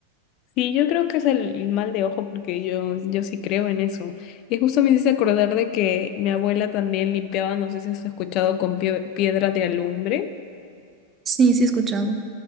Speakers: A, on the left (about 40°); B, on the right (about 25°).
A: Sí, yo creo que es el mal de ojo porque yo, yo sí creo en eso. Y justo me hice acordar de que mi abuela también limpiaba, no sé si has escuchado, con pie- piedra de alumbre.
B: Sí, sí he escuchado.